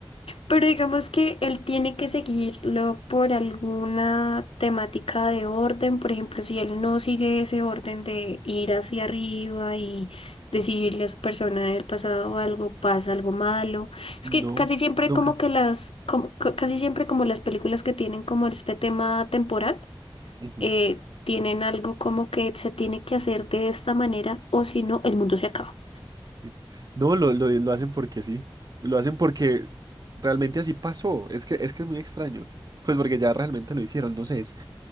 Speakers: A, on the left; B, on the right.
A: Pero digamos que él tiene que seguirlo por alguna temática de orden, por ejemplo, si él no sigue ese orden de ir hacia arriba y decirle a su persona del pasado algo, pasa algo malo. Es
B: No,
A: que casi siempre
B: nunca.
A: como que las, como- ca- casi siempre como las películas que tienen como este tema temporal,
B: Ujú,
A: eh, tienen algo como que se tiene que hacer de esta manera o si no, el mundo se acaba.
B: sí. No, lo, lo, lo hacen porque sí. Lo hacen porque realmente así pasó. Es que, es que es muy extraño. Pues porque ya realmente lo hicieron, no sé, es,